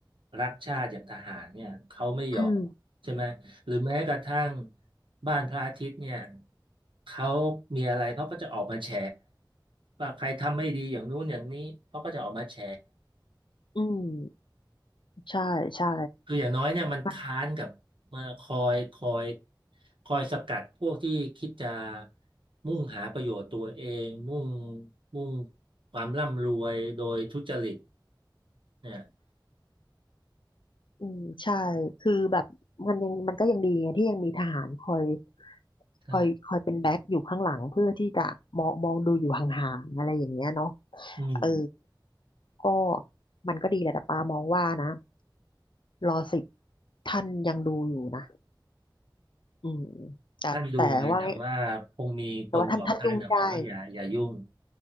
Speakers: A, on the right; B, on the left.
A: รักชาติอย่างทหารเนี่ยเขาไม่ยอม
B: อืม
A: ใช่ไหมหรือแม้กระทั่งบ้านพระอาทิตย์เนี่ยเขามีอะไรเขาก็จะออกมาแฉว่าใครทำไม่ดีอย่างนู้นอย่างนี้เขาก็จะออกมาแฉ
B: อืมใช่ใช่
A: คืออย่างน้อยเนี่ยมันค้านกับมาคอยคอย
B: มัน
A: คอยสกัดพวกที่คิดจะมุ่งหาประโยชน์ตัวเองมุ่งมุ่งความร่ำรวยโดยทุจริตเนี่ย
B: อืมใช่คือแบบมันยังมันก็ยังดีไงที่ยังมีทหารคอย
A: ใช่
B: คอยคอยเป็นแบ็คอยู่ข้างหลังเพื่อที่จะมองมองดูอยู่ห่างๆอะไรอย่างเงี้ยเนาะ
A: อืม
B: เออก็มันก็ดีแหละแต่ปามองว่านะรอสิบท่านยังดูอยู่นะอืมแต่แต่ว่า
A: ท่านดูไงแต่ว่าคงมีคนบอกท่านนะบอกว่าอย่าอย่ายุ่ง
B: แต่ว่าท่านท่านยุ่งไม่ได้